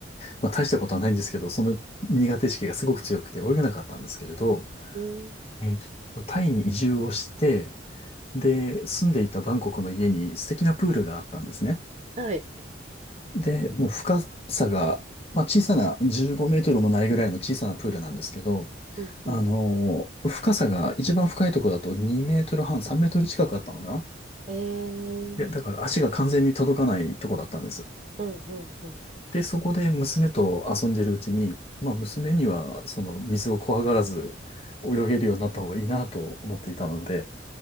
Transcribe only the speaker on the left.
まあ大したことはないんですけど、その苦手意識がすごく強くて泳げなかったんですけれど、
えーと、タイに移住をして、で、住んでいたバンコクの家に素敵なプールがあったんですね。
で、もう深さが、まあ、小さな15メートルもないぐらいの小さなプールなんですけど、
あのー深さが一番深いところだと2メートル半、3メートル近くあったのかな
で、だから足が完全に届かないとこだったんです。
で、そこで娘と遊んでるうちに、まあ娘にはその水を怖がらず泳げるようになった方がいいなと思っていたので、